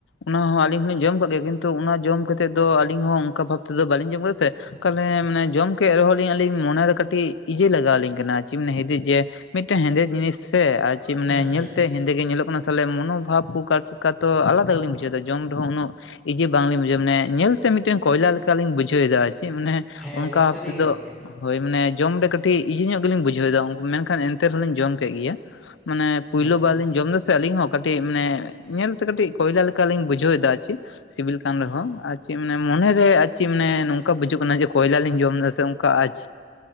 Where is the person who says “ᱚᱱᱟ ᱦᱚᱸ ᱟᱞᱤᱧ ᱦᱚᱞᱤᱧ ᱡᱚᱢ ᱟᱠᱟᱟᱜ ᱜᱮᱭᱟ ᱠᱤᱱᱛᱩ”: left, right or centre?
Left